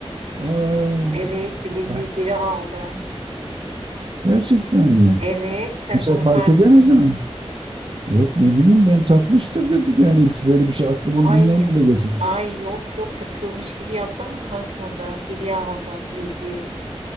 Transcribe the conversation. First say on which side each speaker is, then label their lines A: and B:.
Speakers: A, on the right (about 55°); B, on the right (about 85°).
A: Aa,
B: Evet bileziği
A: ya
B: geri aldı.
A: gerçekten mi?
B: Evet sen
A: Kimse
B: onu
A: fark
B: fark
A: edemedi
B: et.
A: mi? Yok ne bileyim ben takmıştır dedim. Yani hiç böyle bir şey aklımın ucundan
B: Ay
A: bile geçmez.
B: ay yok yok takıyormuş gibi yaptı ama takmadı. Geriye aldı bileziği.